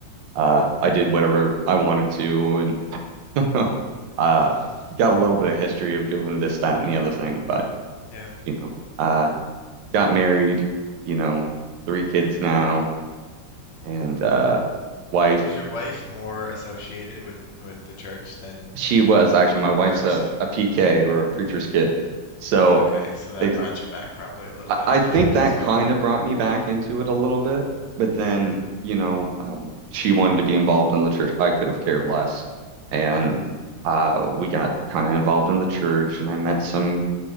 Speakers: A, on the right; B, on the left.
A: uh, I did whatever I wanted to and <laughs> uh,
B: <laughs>
A: got a little bit of history of doing this, that, and the other thing. But,
B: Yeah.
A: you know, uh, got married, you know, three kids now,
B: Mm.
A: and uh, wife.
B: Was your wife more associated with with the church than
A: She was
B: than
A: actually
B: you
A: my
B: were?
A: wife's a,
B: So,
A: a PK
B: okay.
A: or a preacher's kid. So
B: Okay, so that
A: ex
B: brought you back probably a little
A: I,
B: bit
A: I
B: naturally
A: think that
B: as well.
A: kind
B: Like,
A: of brought me back into it a little bit, but then,
B: mm,
A: you know, um, she wanted to be involved in the church. I could have cared less. And
B: mm,
A: uh, we got kind of involved in the church, and I met some